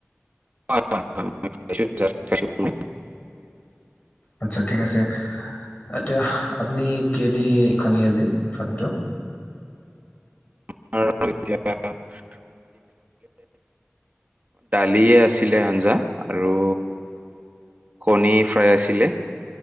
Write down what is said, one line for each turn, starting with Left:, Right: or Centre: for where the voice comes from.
Right: হয় হয় <unintelligible>
Left: আচ্ছা ঠিক আছে, এতিয়া আপুনি কেদি খালি আজি ভাতটো?
Right: <unintelligible> লিয়ে আছিলে আঞ্জা আৰু কণী ফ্ৰাই আছিলে।